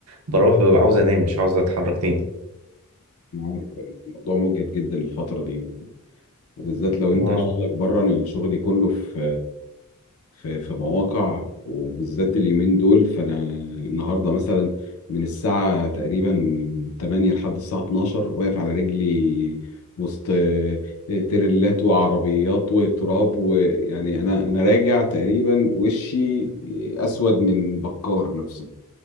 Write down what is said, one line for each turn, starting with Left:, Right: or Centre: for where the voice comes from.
Right: بروح ببقى عاوز انام مش عاوز اتحرك تاني
Left: انا عارف الموضوع مجهد جدا الفترة دي وبالذات لو انت
Right: اه
Left: شغلك بره انا شغلي كله في في في مواقع وبالذات اليومين دول فانا النهارده مثلا من الساعه تقريبا 8 لحد الساعه 12 واقف على رجلي وسط آه، تريلات وعربيات وتراب ويعني انا انا راجع تقريبا وشي اسود من بكار نفسه